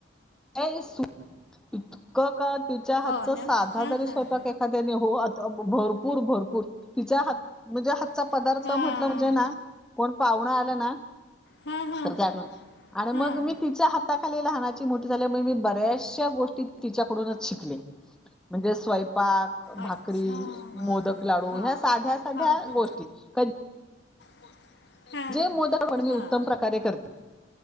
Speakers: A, in the centre; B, on the left.
A: ये सु इतकं का तिच्या हातचा
B: हो ना
A: साधा
B: हा
A: जरी
B: हा
A: स्वयपाक
B: हा.
A: एखाद्याने हो आता भरपूर भरपूर तिच्या हात म्हणजे हातचा
B: तिच्या
A: पदार्थ
B: हा.
A: म्हटलं म्हणजे ना कोण पाव्हणं आलं ना
B: हा हा
A: तर ते आठवण
B: ना
A: आणि मग
B: हां
A: मी तिच्या हाताखाली लहानाची ती मोठी झाल्यामुळे मी बऱ्याचशा गोष्टी तिच्याकडूनच शिकले म्हणजे स्वयंपाक भाकरी,
B: अच्छा हां
A: मोदक लाडू ह्या साध्या साध्या
B: हां हां
A: गोष्टी. क-
B: गोष्टी हां
A: जे
B: हां
A: मोदक मी उत्तम प्रकारे करते